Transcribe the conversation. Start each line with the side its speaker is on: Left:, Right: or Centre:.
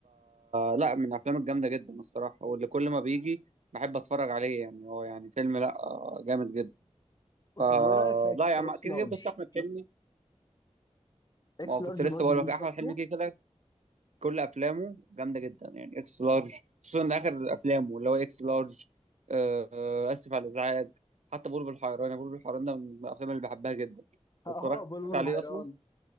Right: فلا من الافلام الجامده جدا الصراحه واللي كل ما بيجي بحب اتفرج عليه يعني هو يعني فيلم لا آه، جامد جدا فلا
Left: طب وايه رايك في
Right: يا
Left: في
Right: عم
Left: اكس
Right: كده
Left: لارج
Right: كده بس احمد
Left: شفت
Right: حلمي
Left: اكس
Right: ما هو
Left: لارج
Right: كنت لسه
Left: برضه
Right: بقول
Left: ليه
Right: لك
Left: شفته
Right: احمد حلمي كده كده كل افلامه جامده جدا يعني اكس لارج خصوصا اخر افلامه اللي هو اكس لارج آه آه، اسف على الازعاج حتى بلبل الحيران بلبل الحيران ده من الافلام اللي بحبها جدا
Left: <laughs> اه
Right: اتفرجت
Left: بلبل
Right: عليه
Left: حيران
Right: اصلا